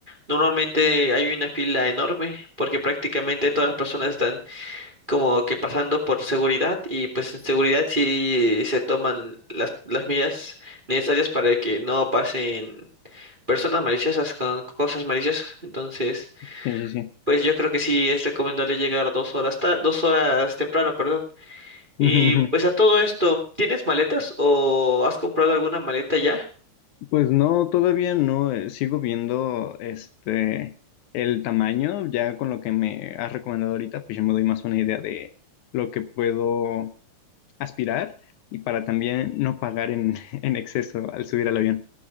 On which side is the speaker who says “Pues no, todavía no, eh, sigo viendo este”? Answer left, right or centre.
Left